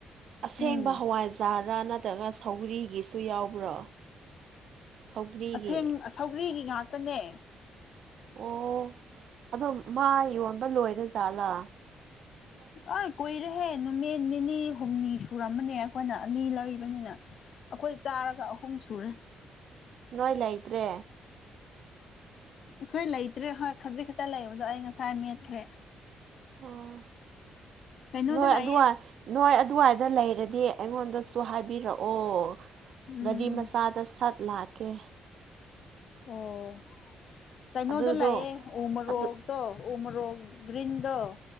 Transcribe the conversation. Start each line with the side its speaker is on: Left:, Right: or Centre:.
Right: ꯑꯁꯦꯡꯕ
Left: ꯎꯝ
Right: ꯍꯋꯥꯏꯖꯥꯔꯔ ꯅꯠꯇ ꯅꯠꯇꯒ ꯁꯧꯒꯔꯤꯒꯤꯁꯨ ꯌꯥꯎꯕ꯭ꯔꯣ ꯁꯧꯒ꯭ꯔꯤꯒꯤ
Left: ꯑꯁꯦꯡ ꯁꯧꯒꯔꯤꯒꯤ ꯉꯥꯛꯇꯅꯦ
Right: ꯑꯣ ꯑꯗꯣ ꯃꯥ ꯌꯣꯟꯕ ꯂꯣꯏꯔꯦꯖꯥꯠꯂꯥ
Left: ꯑ ꯀꯔꯍꯦ ꯅꯃꯤꯅꯤꯅꯤ ꯍꯨꯝꯅꯤ ꯁꯨꯔꯝꯕꯅꯦ ꯑꯩꯈꯣꯏꯅ ꯑꯅꯤ ꯂꯩꯕꯅꯤꯅ ꯑꯩꯈꯣꯏ ꯆꯥꯔꯒ ꯑꯍꯨꯝ ꯁꯨꯔꯦ
Right: ꯅꯣꯏ ꯂꯩꯇ꯭ꯔꯦ
Left: ꯑꯩꯈꯣꯏ ꯂꯩꯇ꯭ꯔꯦ ꯍꯣꯏ ꯈꯖꯤꯛ ꯈꯛꯇ ꯂꯩꯕꯗꯣ ꯑꯩ ꯉꯁꯥꯏ ꯃꯦꯠꯈ꯭ꯔꯦ
Right: ꯑꯣ
Left: ꯀꯩꯅꯣꯗ
Right: ꯅꯣꯏ
Left: ꯂꯥꯛꯑꯦ
Right: ꯑꯗꯨꯏ ꯅꯣꯏ ꯑꯗꯨꯋꯥꯏꯗ ꯂꯩꯔ ꯑꯗꯨꯗꯤ ꯑꯩꯉꯣꯟꯗ ꯍꯥꯏꯕꯤꯔꯛꯑꯣ
Left: ꯎꯝ
Right: ꯒꯥꯔꯤ ꯃꯆꯥꯗ ꯁꯠ ꯀꯦ
Left: ꯑꯣ ꯀꯩꯅꯣꯗꯣ
Right: ꯑꯗꯨꯗꯣ
Left: ꯂꯥꯛꯑꯦ ꯎ ꯃꯣꯔꯣꯛꯇꯣ
Right: ꯑꯗꯨ
Left: ꯎ ꯃꯣꯔ꯭ꯣꯛ ꯒꯤꯔꯤꯟꯗꯣ